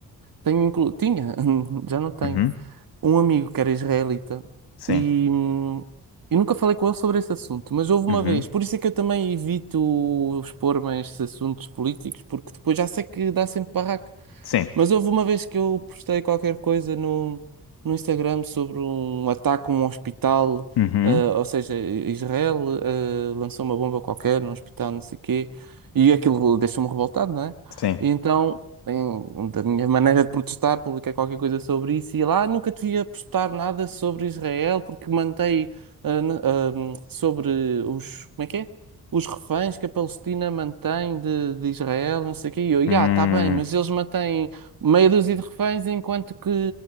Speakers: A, on the right; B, on the left.
A: tenho inclu... Tinha, <laughs> já não tenho,
B: Uhum,
A: um amigo que era israelita
B: sim.
A: e, hum, e nunca falei com ele sobre esse assunto, mas houve uma
B: Uhum,
A: vez. Por isso é que eu também evito expor-me a estes assuntos políticos, porque depois já sei que dá sempre barraco.
B: sim.
A: Mas houve uma vez que eu postei qualquer coisa no, no Instagram sobre um ataque a um hospital,
B: Uhum,
A: ah, ou seja, Israel, ah, lançou uma bomba qualquer num hospital, não sei o quê, e aquilo deixou-me revoltado, não é?
B: sim.
A: E então, em- da minha maneira de protestar, publiquei qualquer coisa sobre isso e lá nunca devia postar nada sobre Israel porque mantei ah, na- ah, sobre os, como é que é? os reféns que a Palestina mantém de, de Israel, não sei o quê. E eu,
B: Hum.
A: já, está bem, mas eles mantêm meia dúzia de reféns, enquanto que